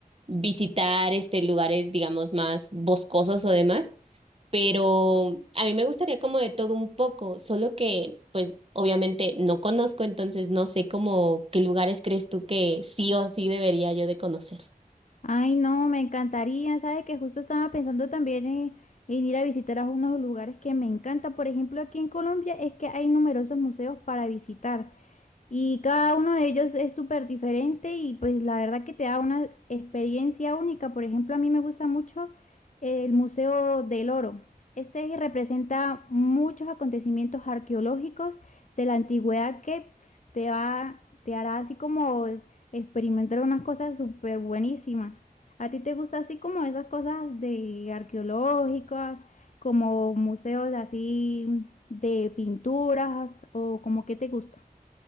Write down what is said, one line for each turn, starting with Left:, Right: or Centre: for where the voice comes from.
Right: visitar este lugares, digamos, más boscosos o demás. Pero a mí me gustaría como de todo un poco, solo que pues obviamente no conozco, entonces no sé como qué lugares crees tú que sí o sí debería yo de conocer.
Left: Ay, no, me encantaría. Sabes que justo estaba pensando también en, en ir a visitar a unos lugares que me encantan. Por ejemplo, aquí en Colombia es que hay numerosos museos para visitar. Y cada uno de ellos es súper diferente y pues la verdad que te da una experiencia única. Por ejemplo, a mí me gusta mucho el Museo del Oro. Este representa muchos acontecimientos arqueológicos de la antigüedad que pf, te va, te hará así como experimentar unas cosas súper buenísimas. ¿A ti te gusta así como esas cosas de arqueológicas, como museos así de pinturas o como qué te gusta?